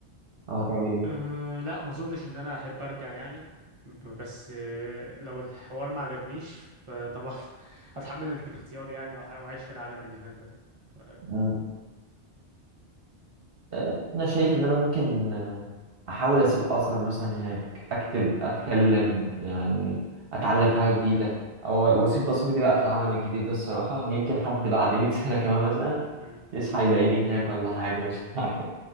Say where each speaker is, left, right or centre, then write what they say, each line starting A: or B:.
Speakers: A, on the right; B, on the right.
A: او هتعمل ايه
B: أه لا ما اظنش ان انا احب ارجع يعني ب- بس آه، لو الحوار ما عجبنيش فطبعا <laughs> هتحمل نتيجة اختياري يعني وأع- واعيش في العالم اللي هناك ده ف...
A: مم. آه، انا شايف ان انا ممكن آه، احاول اسيب اثر مثلا هناك اكتب
B: م-
A: اتكلم يعني اتعلم حاجة جديدة او واسيب بصمتي بقى في العالم الجديد ده الصراحة يمكن حد بعد 100 <laughs> سنة كمان مثلا
B: م.
A: يصحى يلاقيني هناك ولا حاجة مش عارف